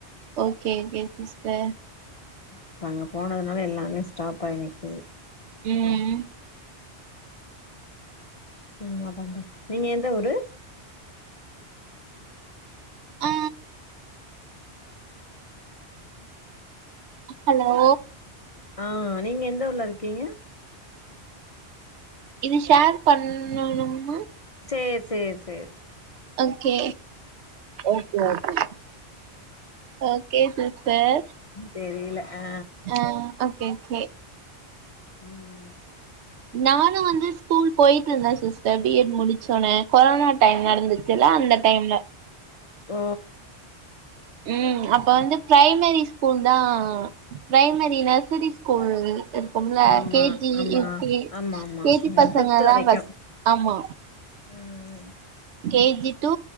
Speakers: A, on the right; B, on the left.
A: ஓகே ஓகே சிஸ்டர்
B: இப்ப அங்க போனதுனால எல்லாமே ஸ்டாப் ஆயி நிக்குது
A: ம்
B: ம் என்ன பண்றது நீங்க எந்த ஊரு
A: அ ஹலோ
B: அ நீங்க எந்த ஊர்லருக்கீங்க
A: இது ஷேர் பண்ணணும்மா
B: சேர் சேர் சேர்
A: okay okay okay okay sister
B: தெரில ஆ
A: ஆ ஓகே ஓகே
B: ம்
A: நானு வந்து ஸ்கூல் போய்ட்டு இருந்தே சிஸ்டர் பி எட் முடிச்சடனே கொரோனா டைம் நடந்துச் சுல்ல அந்த டைம்ல
B: ஒ
A: ம் அப்போ வந்து ப்ரைமரி ஸ்கூல் தா ப்ரைமரி நர்சரி ஸ்கூல் இருக்கும்ல
B: ஆமா
A: கே ஜி
B: ஆமா
A: யு கே
B: ஆமா ஆமா
A: கே ஜி
B: ம்
A: பசங்கல்லா
B: ஃபிப்து வரைக்கு
A: ஃபஸ்ட்டு ஆமா
B: ம்
A: K G to